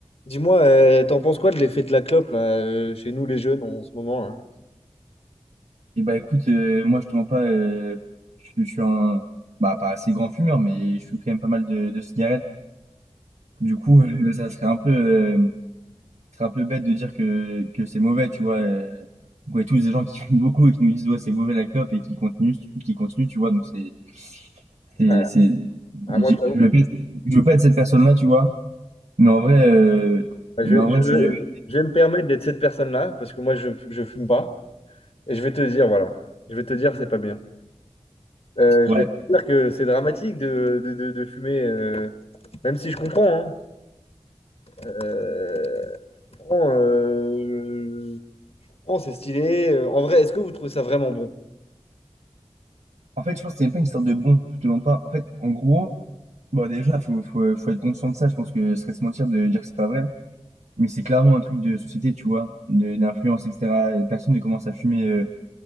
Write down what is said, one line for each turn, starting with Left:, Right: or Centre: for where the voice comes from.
Left: Dis-moi, euh, t'en penses quoi de l'effet de la clope là, euh, chez nous les jeunes en ce moment là?
Right: Et bah écoute, euh, moi je te mens pas, euh, je, je suis un, bah pas assez grand fumeur, mais je fume quand même pas mal de, de cigarettes. Du coup, <laughs> euh, ça serait un peu, euh, ça serait un peu bête de dire que, que c'est mauvais, tu vois. Euh, on connaît tous des gens qui fument beaucoup et qui nous disent ouais c'est mauvais la clope et qui continuent, qui continuent, tu vois. Donc c'est, c'est,
Left: Ouais.
Right: c'est,
Left: Ah,
Right: j'ai-
Left: moi, je, t'avoue,
Right: je veux pas, je veux pas être cette personne-là, tu vois. Mais en vrai, euh,
Left: je,
Right: mais en
Left: je-
Right: vrai, je suis jamais.
Left: je vais me permettre d'être cette personne-là parce que moi je, je fume pas et je vais te dire voilà, je vais te dire c'est pas bien. Euh,
Right: Ouais.
Left: je vais te dire que c'est dramatique de, de, de- de fumer, euh, même si je comprends. hein. Euh, je comprends, euh, je comprends, c'est stylé. Euh, En vrai, est-ce que vous trouvez ça vraiment bon?
Right: En fait, je pense que c'est même pas une sorte de bon, je te mens pas. En fait, en gros. Bon, déjà, faut, faut, faut être conscient de ça. Je pense que ce serait se mentir de dire que c'est pas vrai. Mais c'est clairement un truc de société, tu vois, de- d'influence, etc. Personne ne commence à fumer euh,